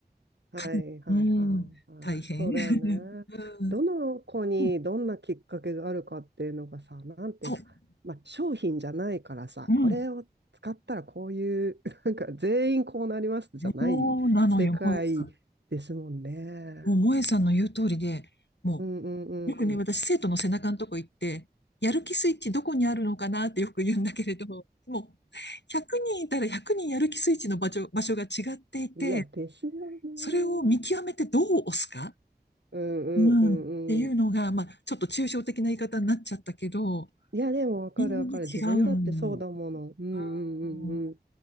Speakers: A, on the right; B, on the left.
A: はいはいはいはい。
B: かにうん、大変。
A: そうだよ
B: <laughs>
A: ね。
B: うん、
A: どの子にどんなきっかけがあるかっていうのがさ、
B: うん、
A: なんていうか、
B: そう、
A: まあ商品じゃないからさ、
B: うん、
A: これを使ったらこういう、<laughs> なんか全員こうなりますじゃない世界ですもんね。
B: そうなのよ、萌えさん。もう萌えさんの言う通りで、も
A: うんうんう
B: う、よくね、私、生徒の背中のとこ行って、やる気スイッチどこにあるのかなってよく言うんだけれど、もう、100人いたら100人やる気スイッチの場所、場所が違っていて、
A: ん。いや、ですよね。
B: それを見極めてどう押すか、
A: うんうんうんうん。
B: うん、っていうのが、まあ、ちょっと抽象的な言い方になっちゃったけど、
A: いや、でもわかるわかる。
B: みんなね、違うの。
A: 自分だってそうだもの。うんうんうんうん。
B: うん。